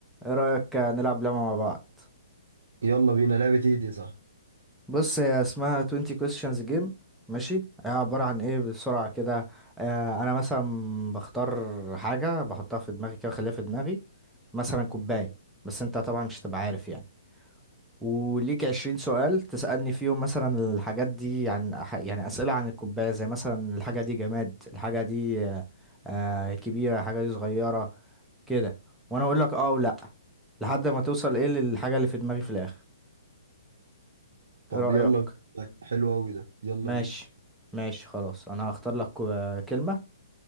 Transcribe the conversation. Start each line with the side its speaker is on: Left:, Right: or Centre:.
Centre: ايه رأيك نلعب لعبة مع بعض
Right: يلا بينا لعبة ايه دي صح
Centre: بص هي اسمها 20 questions game ماشي هي عبارة عن ايه بسرعة كده آه انا مثلا بختار حاجة بحطها في دماغي كده بخليها في دماغي مثلا كوباية بس انت طبعا مش هتبقى عارف يعني وليك 20 سؤال تسألني فيهم مثلا الحاجات دي عن أح- يعني أسئلة عن الكوباية زي مثلا الحاجة دي جماد الحاجة دي آه آه، كبيرة الحاجة دي صغيرة كده وانا اقول لك اه ولا لحد ما توصل ايه للحاجة اللي في دماغي في الآخر
Right: طب
Centre: ايه رأيك
Right: يلا بينا حلو أوي ده يلا
Centre: ماشي
Right: بينا
Centre: ماشي خلاص انا هختار لك كو- كلمة